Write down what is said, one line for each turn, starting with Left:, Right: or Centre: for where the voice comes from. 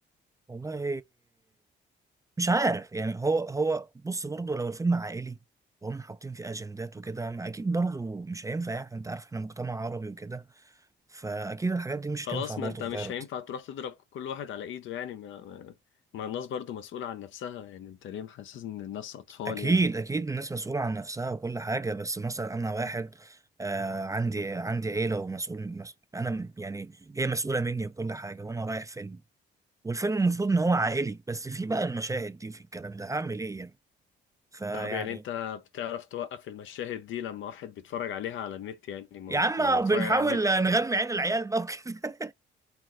Right: والله مش عارف يعني هو هو بص برضه لو الفيلم عائلي وهم حاطين فيه اجندات وكده ما اكيد برضه مش هينفع يعني انت عارف احنا مجتمع عربي وكده فاكيد الحاجات دي مش
Left: خلاص
Right: هتنفع برضه
Left: ما أنت مش
Right: تتعرض
Left: هينفع تروح تضرب كل واحد على إيده يعني ما ما ما الناس برضو مسؤولة عن نفسها يعني أنت ليه محسس إن الناس أطفال
Right: اكيد
Left: يعني
Right: اكيد الناس مسؤوله عن نفسها وكل حاجه بس مثلا انا واحد آه عندي عندي عيله ومسؤول مس... انا م- يعني هي مسؤوله مني وكل حاجه وانا رايح فيلم والفيلم المفروض ان هو عائلي بس في بقى المشاهد دي في الكلام ده هعمل ايه يعني فيعني
Left: طب يعني انت بتعرف توقف المشاهد دي لما واحد بيتفرج عليها على النت يعني ما
Right: يا
Left: هو
Right: عم
Left: لما بيتفرج
Right: بنحاول
Left: عليها على النت
Right: نغمي عين العيال بقى وكده